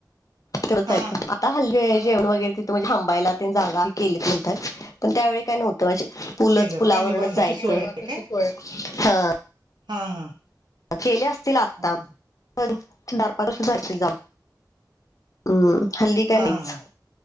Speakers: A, on the left; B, on the right.
A: करता
B: हा
A: येथ.
B: हा
A: ता हल्ली जेवण वगैरे तिथे म्हणजे हंबायला ते जागा केली कोणतं पण त्यावेळी काय नव्हतं अशे पुलच
B: केल्यात
A: पुलावरन
B: काय निवासाची
A: जायचं
B: सोय आहे
A: <unintelligible>
B: काय
A: हा.
B: हा हा.
A: केले असतील आता
B: हा
A: पण डारपार सुधरतील जाऊ. हम्म हल्ली काय
B: हा
A: नाहीच